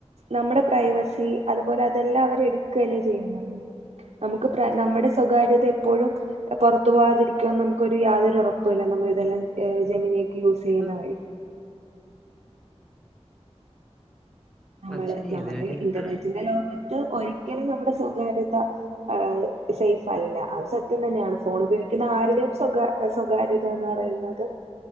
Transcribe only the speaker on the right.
നമ്മടെ പ്രൈവസി അതുപോലെ അതെല്ലാം അവരെ എടുക്കല്ലേ ചെയ്യുന്നുന്നത് നമുക്ക് നമ്മടെ സ്വകാര്യത എപ്പോഴും പുറത്തു പോവാതിരിക്കുമെന്ന് നമുക്കൊരു യാതൊരു ഉറപ്പുമില്ല നമ്മൾ ഇതെല്ലാം <unintelligible> ജെമിനിയൊക്കെ യൂസ് ചെയ്യുന്ന
വഴി നമ്മള്
നമ്മടെ
ഇന്റർനെറ്റിന്റെ ലോക ഒരിക്കലും നമ്മുടെ സ്വകാര്യത എ സേഫ് അല്ല അത് സത്യം തന്നെയാണ് ഫോൺ ഉപയോഗിക്കുന്ന ആരുടെയും സ്വ സ്വകാര്യതാന്ന് പറയുന്നത്